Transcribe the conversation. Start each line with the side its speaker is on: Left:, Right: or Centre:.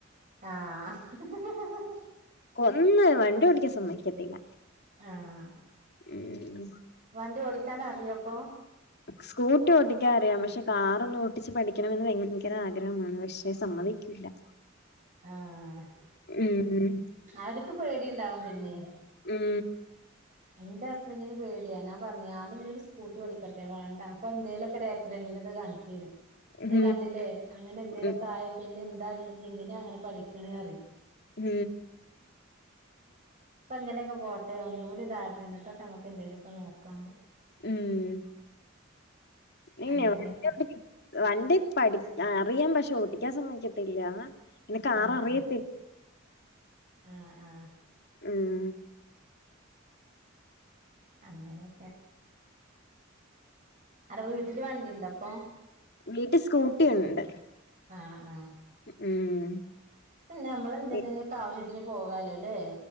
Right: ആഹ്
Left: കൊന്ന് വണ്ടി ഓടിക്കൻ സമ്മയ്ക്കത്തില്ല.
Right: ആഹ്
Left: മ്മം
Right: വണ്ടി ഓടിക്കാന റിയോപ്പൊ?
Left: സ്കൂട്ടി ഓട്ടിക്കാ അറിയാം പഷെ കാറൊന്നും ഓട്ടിച്ച് പഠിക്കണമെന്ന് ഭയങ്കങ്കര ആഗ്രഹമാണ് പക്ഷ സമ്മതിക്കില്ല. <inaudible>
Right: ആഹ്
Left: ഉം
Right: അവര്ക്ക് പേടിണ്ടാവും പിന്നെ
Left: ഉം
Right: ഇന്റെ ഹസ്ബന്റിന് പേടിയ ഞാ പറഞ്ഞ ഞാനൊന്ന് ര് സ്കൂട്ടി പടിക്കട്ടെ വേണ്ട അപ്പോ എന്തേലൊക്കെ രെ ഫ്രണ്ടിലിത് കാണികെരുന്നു
Left: ഉം.
Right: ത് കണ്ടില്ലേ അങ്ങനെ എന്തേലൊക്കൊയ
Left: ഉം.
Right: പിന്നെ എന്താ ഇജ്ജ് എന്തിന അങ്ങനെ പഠിക്ക്ണെറിം
Left: ഉം
Right: ഇപ്പൊ ങ്ങനെകെ പോട്ടെ ഒന്നുടി താട്ടെ ന്നിട്ടൊക്കെ അമക്ക് എന്തേലുക്കെ നോക്കാന്ന്.
Left: ഉം ഇനെ
Right: അങ്ങനെയൊക്കെ
Left: വണ്ടി ഓടി വണ്ടി പഠി ആ അറിയം പഷെ ഓട്ടിക്കാ സമ്മയ്ക്കത്തില്ല നിനക്ക് കാറ
Right: ആഹ്
Left: റിയത്തി
Right: ആഹ് ആഹ് ആഹ്
Left: മം
Right: അങ്ങനെക്കെ അതെ വീട്ടില് വണ്ടിണ്ടൊ പ്പൊ?
Left: വീട്ടി സ്കൂട്ടി ണ്ട്.
Right: ആഹ് ആഹ്
Left: ഉം ഉം
Right: പിന്നെ അമ്മളെന്തെങ്കിലൊക്കെ
Left: വീ-
Right: ആവശ്യത്തിന് പോകാലോലെ